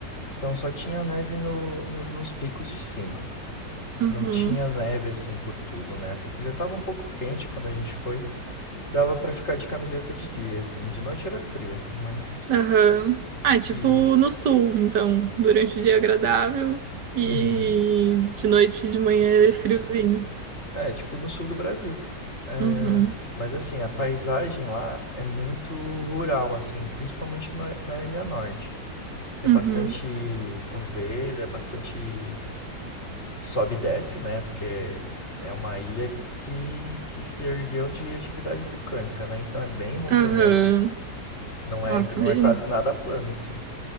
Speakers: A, on the left; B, on the right.
A: então só tinha neve no, no- nos picos de cima.
B: uhum,
A: Não tinha neve assim por tudo, né? Até- Já tava um pouco quente quando a gente foi. Dava pra ficar de camiseta de dia, assim. De noite era frio, mas.
B: aham. Ah, é tipo
A: E.
B: no sul, então, durante o dia é agradável e
A: Uhum.
B: de noite e de manhã é friozinho.
A: É, tipo no sul do Brasil. É,
B: Uhum,
A: mas assim, a paisagem lá é muito rural, assim, principalmente na, na Ilha Norte. Tem
B: uhum,
A: bastante ovelha, bastante sobe e desce, né? Porque é uma ilha que, que se ergueu de atividade vulcânica, né? Então é bem montanhoso,
B: aham.
A: não é,
B: Nossa,
A: não
B: imagina.
A: é quase nada plano, assim.